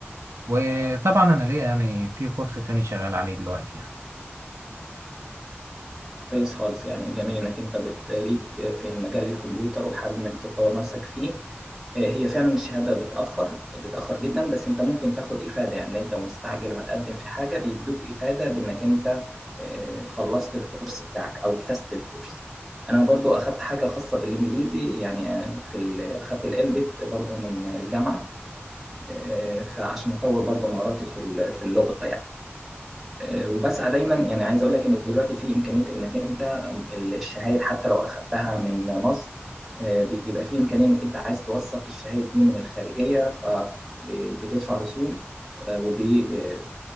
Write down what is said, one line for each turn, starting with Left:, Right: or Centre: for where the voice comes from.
Right: وطبعا انا ليا يعني في كورس تاني شغال عليه دلوقتي يعني
Centre: كويس خالص يعني جميل انك انت بت- ليك في المجال الكمبيوتر وحابب انك تطور نفسك فيه آه، هي فعلا الشهاده بتاخر بتاخر جدا بس انت ممكن تاخد افاده يعني لو انت مستعجل وهتقدم في حاجه بيدوك افاده بانك انت آه، خلصت الكورس بتاعك او اجتزت الكورس انا برضو اخدت حاجه خاصه بالانجليزي يعني آه، في ال- اخدت الالبت برضو من الجامعه آه، فعشان اطور برضو مهاراتي في ال- في اللغه يعني آه، وبسعى دايما يعني عايز اقول لك ان دلوقتي في امكانيه انك انت ال- الشهايد حتى لو اخذتها من مصر آه، بيبقى في امكانيه انك انت عايز توثق الشهايد دي من الخارجيه فبتدفع رسوم آه، وب- آه،